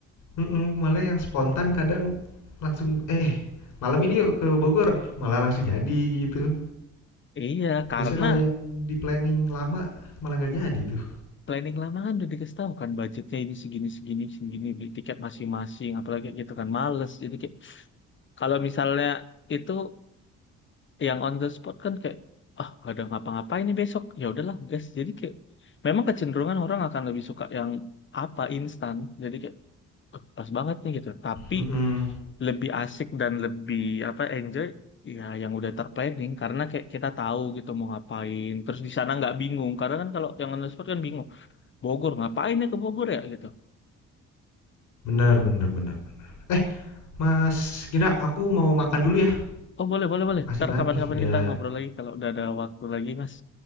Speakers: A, on the left (about 80°); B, on the left (about 40°).
A: mhm, malah yang spontan kadang langsung, "Eh, malam ini yuk ke Bogor," malah langsung jadi gitu.
B: Iya, karena
A: Biasanya kalau yang di-planning lama malah nggak jadi tuh.
B: planning lama kan udah dikasih tahu kan budgetnya ini segini segini segini beli tiket masing-masing apalagi gitu kan males jadi kayak kalau misalnya itu yang on the spot kan kayak ah gak ada ngapa-ngapain nih besok ya udahlah guys jadi kayak memang kecenderungan orang akan lebih suka yang apa instan jadi kayak "Eh, pas banget nih gitu tapi
A: Mhm,
B: lebih asik dan lebih apa enjoy ya yang udah terplanning karena kayak kita tahu gitu mau ngapain terus di sana nggak bingung karena kan kalau yang on the spot kan bingung Bogor ngapain ya ke Bogor ya gitu
A: bener bener bener. Eh, Mas Gina, aku mau makan
B: Mm-mm.
A: dulu ya.
B: Oh boleh boleh boleh.
A: Makasih
B: Ntar
A: banget
B: kapan-kapan
A: nih udah
B: kita ngobrol lagi kalau udah ada waktu lagi Mas.